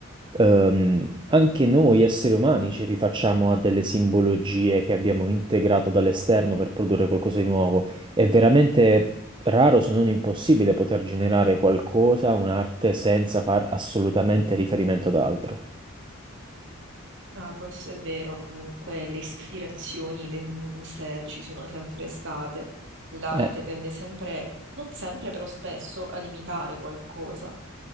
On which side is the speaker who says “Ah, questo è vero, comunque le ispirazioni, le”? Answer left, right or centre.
Right